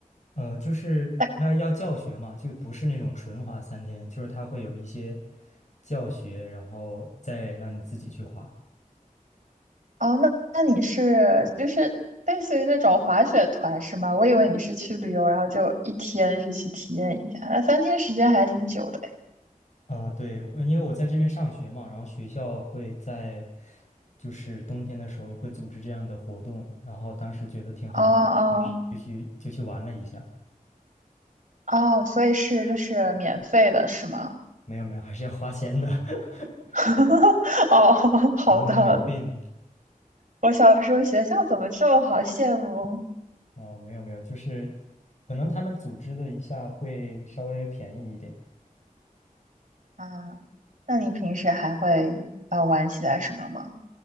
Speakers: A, on the left (about 55°); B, on the right (about 55°).
A: 呃，就是他要教学嘛，
B: 哎，
A: 就不是那种纯滑三天，就是他会有一些教学，然后再让你自己去滑。
B: 哦，那那你是就是类似于那种滑雪团是吗？我以为你是去旅游，然后就一天是去体验一下，那三天时间还挺久的哎。
A: 啊、对，我因为我在这边上学嘛，然后学校会在就是冬天的时候会组织这样的活动，然后当时觉得挺好玩的就去就去就去玩了一下。
B: 哦哦哦，所以是就是免费的是吗？
A: 没有没有，还是要花钱的，<laughs>
B: <laughs> 哦，好的好的，
A: 怎么能免费呢？
B: 我小时候学校怎么这么好羡慕
A: 哦，没有没有，就是可能他们组织的一下会稍微便宜一点。
B: 啊？那你平时还会啊、呃玩起来什么吗？